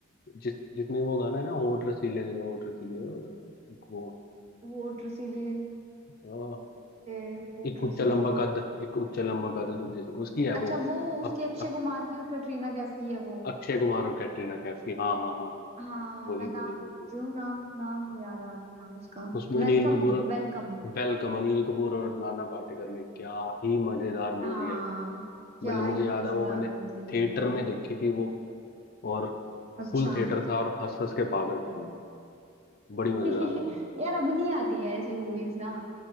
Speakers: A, on the left (about 45°); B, on the right (about 30°).
A: जिस जिसमें वो गाना है ना होठ रसीले तेरे होठ रसीले और एक वो
B: होठ रसीले
A: अ,
B: तेरे होठ
A: एक
B: रसीले
A: उच्चा लंबा कद एक उच्चा लंबा कद दूजे से उसकी है
B: अच्छा
A: वो
B: वो उसकी
A: अक,
B: अक्षय
A: अक,
B: कुमार की और कटरीना कैफ की है वो
A: अक्षय कुमार और कैटरीना कैफ की हाँ हाँ हाँ हाँ हाँ
B: हाँ
A: वही
B: मैं नाम
A: वही वही
B: भूल
A: वही
B: रही हूँ नाम नाम नहीं याद आ रहा है यार उसका
A: उसमें
B: वेलकम
A: अनिल कपूर
B: वेलकम
A: वेलकम अनिल कपूर और नाना पाटेकर ने क्या ही मजेदार मूवी
B: हाँ
A: है वो
B: क्या
A: मतलब मुझे
B: ही
A: याद
B: मजेदार
A: है वो मैंने
B: मूवी
A: थिएटर
B: है भयंकर
A: में देखी थी वो और
B: अच्छा
A: फुल थिएटर था और हंस हंस के पागल थे हम लोग बड़ी मजेदार
B: <laughs>
A: मूवी
B: यार अब नहीं आती है ऐसी मूवीज ना